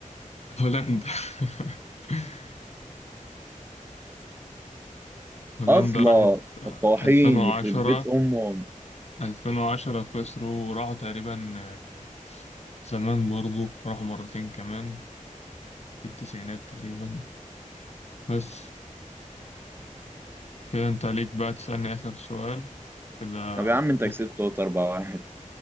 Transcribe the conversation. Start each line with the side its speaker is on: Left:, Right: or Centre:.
Left: هولندا <laughs> هولندا
Right: اصلا
Left: راحت
Right: الطواحين
Left: 2010
Right: يخرب بيت امهم
Left: 2010 خسروا وراحوا تقريبا آه، زمان برضو راحوا مرتين كمان في التسعينات تقريبا بس كده انت عليك بقى تسألني آخر سؤال كده
Right: طب يا عم انت
Left: و-
Right: كسبت أهوت 4 واحد